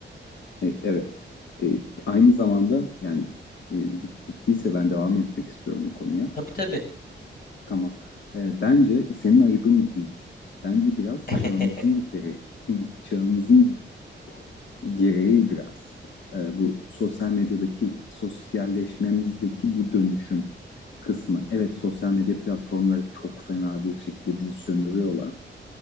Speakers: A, on the left (about 70°); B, on the left (about 50°).
A: E, evet. E, aynı zamanda yani e, bit- bittiyse ben devam etmek istiyorum bu konuya.
B: Tabii tabii.
A: Tamam. Ee, bence senin ayıbın değil. Bence biraz
B: <laughs>
A: çağımızın gereği, <laughs> çağımızın gereği biraz e, bu sosyal medyadaki sosyalleşmemizdeki bu dönüşüm kısmı. Evet sosyal medya platformları çok fena bir şekilde bizi sömürüyorlar